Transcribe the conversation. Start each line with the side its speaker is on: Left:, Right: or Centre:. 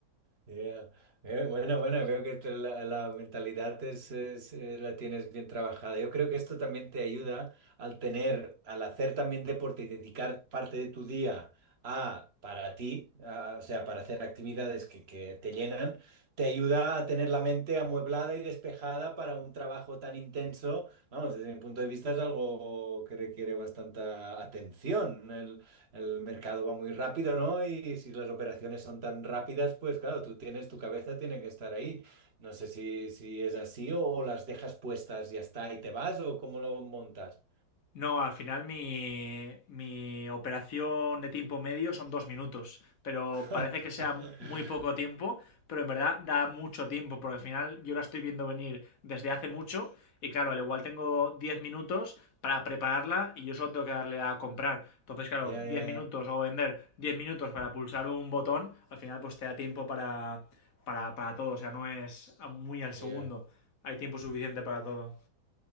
Right: ya Eh, Bueno, bueno, creo que te- la, la mentalidad es, es, eh, la tienes bien trabajada. Yo creo que esto también te ayuda al tener, al hacer también deporte y dedicar parte de tu día a para ti, a- o sea, para hacer actividades que, que te llenan, te ayuda a tener la mente amueblada y despejada para un trabajo tan intenso. Vamos, desde mi punto de vista es algo que requiere bastante atención el mercado va muy rápido, ¿no? Y si las operaciones son tan rápidas, pues claro, tú tienes, tu cabeza tiene que estar ahí. No sé si, si es así o, o las dejas puestas, ya está, y te vas o cómo lo montas.
Left: No, al final mi, mi operación de tiempo medio son dos minutos, pero
Right: <laughs>
Left: parece que sea muy poco tiempo, pero en verdad da mucho tiempo, porque al final yo la estoy viendo venir desde hace mucho y claro, al igual tengo 10 minutos para prepararla y yo solo tengo que darle a comprar. Entonces, claro,
Right: Ya,
Left: 10
Right: ya,
Left: minutos
Right: ya.
Left: o vender 10 minutos para pulsar un botón, al final pues te da tiempo para, para, para todo, o sea, no es muy al
Right: Ya.
Left: segundo, hay tiempo suficiente para todo,